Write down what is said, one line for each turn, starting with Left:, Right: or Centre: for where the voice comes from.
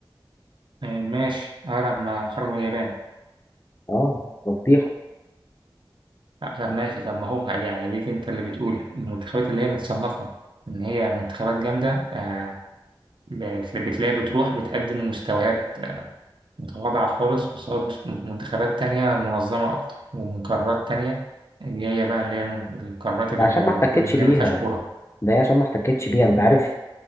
Right: آه ماشي اه لما خرجوا من اليابان
Left: اه مفضيحه
Right: آه طب ماشي طب ما هو قال يعني عليك انت اللي بتقول المنتخبات اللي هي متصنفة إن هي منتخبات جامدة آه بت- بتلاقي بتروح بتقدم مستويات متواضعة خالص قصاد منتخبات تانية منظمة أكتر ومن قارات تانية جاية بقى اللي هي من القارات
Left: ده
Right: اللي
Left: عشان ما
Right: المفروض
Left: احتكتش
Right: إن
Left: بيها
Right: هي ما فيهاش كورة
Left: ده هي عشان ما احتكتش بيها انت عارف